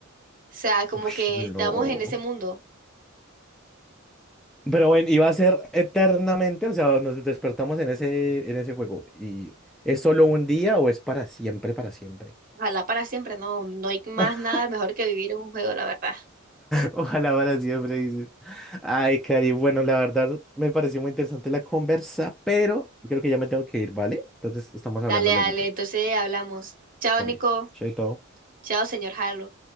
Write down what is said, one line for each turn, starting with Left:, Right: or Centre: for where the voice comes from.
Right: sea, como
Centre: Uy,
Right: que
Centre: no.
Right: estamos en ese mundo.
Centre: Pero bueno, iba a ser eternamente, o sea, nos despertamos en ese, en ese juego. ¿Y es solo un día o es para siempre, para siempre?
Right: Ojalá para siempre, no, no hay más
Centre: <laughs>
Right: nada mejor que vivir en un juego, la verdad.
Centre: Ojalá para siempre, dice. Ay, Cari, bueno, la verdad me pareció muy interesante la conversa, pero creo que ya me tengo que ir, ¿vale? Entonces estamos hablando
Right: Dale, dale,
Centre: luego.
Right: entonces hablamos. Chao,
Centre: Dale,
Right: Nico.
Centre: chaito.
Right: Chao, señor Halo.